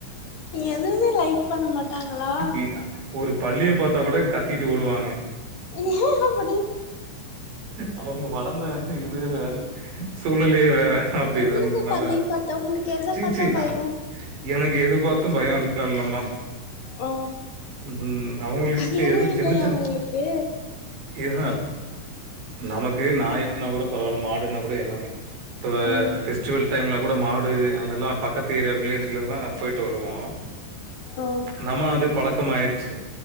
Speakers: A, on the left; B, on the right.
A: எதுவுமே லைக் பண்ண மாட்டாங்ளா
B: இ ஒரு பல்லிய பாத்தா கூட கத்திகிட்டு ஓடுவாங்க
A: ஏ அப்டி
B: அவங்க வளர்ந்த இது வேற சூழ்நிலையே வேற அப்டி
A: உங்களுக்கு
B: அதனால
A: பல்லி பாத்தா உங்களுக்கு எத
B: சீச்சீ
A: பாத்தா பயோ
B: எனக்கு எது பாத்து பயம் எல்லா இல்லம்மா
A: ஓ
B: ம் அவங்களுக்கு
A: பயமே
B: எது
A: இல்லையா
B: சின்ன சின்ன
A: உங்களுக்கு
B: ஹீக நமக்கு நாயனா கூட பரவாயில்ல மாடுனா கூட எல்லாமே இப்போ
A: ம்
B: ஃபெஸ்டிவல் டைம்ல கூட மாடு அதுதெல்லா பக்கத்து ஏரியா வில்லேஜ்ல எல்லா போயிட்டு வருவோ
A: ஓ
B: நம்ம அது பழக்கம் ஆயிடுச்சி